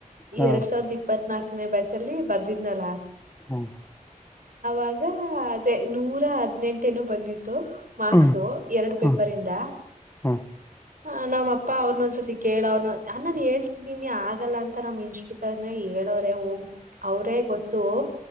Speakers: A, on the right; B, on the left.
A: ಈ
B: ಹಾ
A: ಎರಡ್ ಸಾವಿರದ ಇಪ್ಪತ್ ನಲ್ಕನೇ ಬ್ಯಾಚ್ ಅಲ್ಲಿ ಬರ್ದಿದ್ನಲ್ಲಾ
B: ಹ್ಮ್
A: ಆಗ ಅದೇ ನೂರ ಹದ್ನೆೆಂಟನೋ ಬಂದಿತ್ತು ಮಾರ್ಕ್ಸು
B: ಹ್ಮ್
A: ಎರಡು
B: ಹ್ಮ್
A: ಪೇಪರ್ ಇಂದ
B: ಹ್ಮ್
A: ಹ ನಮ್ಮಪ್ಪ ಅವ್ನೊಂದ್ಸತಿ ಕೇಳ ಅವ್ನು ನಾನನ್ ಹೇಳ್ತಿನಿ ನೀ ಆಗಲ್ಲ ಅಂತ ಮತ್ತ ನಮ್ ಇನ್ಸ್ಟಿಟ್ಯೂಟ್ ಅನ್ನೇ ಹೇಳೋ್ರೆ ಹೋಗ್ ಅವರೇ ಗೊತ್ತು